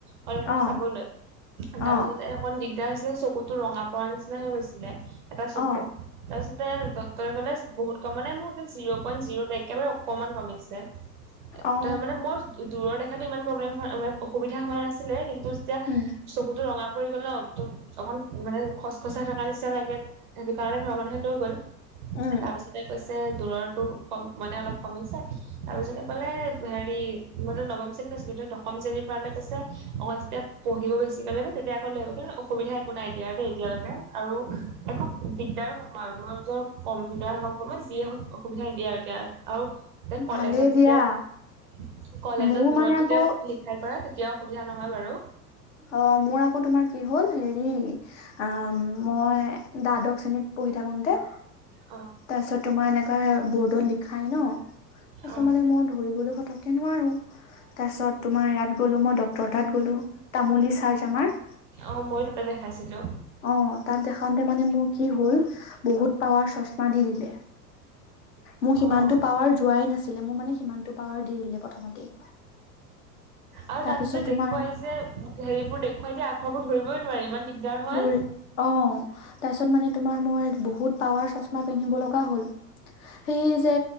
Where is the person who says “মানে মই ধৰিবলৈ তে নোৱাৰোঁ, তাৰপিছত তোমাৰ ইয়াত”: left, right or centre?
Left